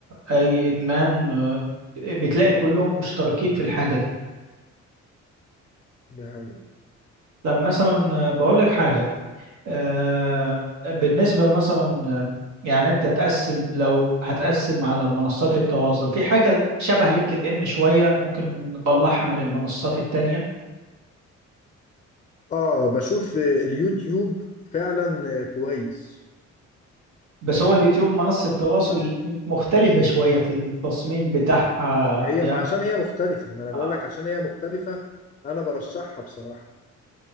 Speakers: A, on the right (about 75°); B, on the left (about 25°).
A: أي إدمان آه، بتلاقي كلهم مشتركين في الحاجة دي
B: دي حقيقة
A: طب مثلا آه، بقول لك حاجة آه، بالنسبة مثلا آه، يعني أنت تقسم لو هتقسم على منصات التواصل في حاجة شبه لينكد إن شوية ممكن نطلعها من المنصات التانية
B: اه بشوف اليوتيوب فعلا كويس
A: بس هو اليوتيوب منصة تواصل مختلفة شوية في التصميم بتاعها
B: هي
A: يعني
B: عشان هي مختلفة ما انا بقول
A: اه
B: لك عشان هي مختلفة انا برشحها بصراحة